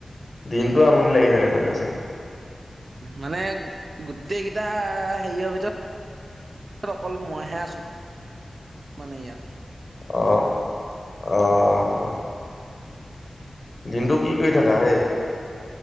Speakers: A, on the left; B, on the right.
A: দিনটো আমনি লাগি থাকে তেন্তে চাগে
B: মানে গোটেইকেইটা হেৰিয়ৰ ভিতৰত তত অকল মইহে আছোঁ মানে ইয়াত
A: আহ আহ আহ দিনটো কি কৰি থাকা হেই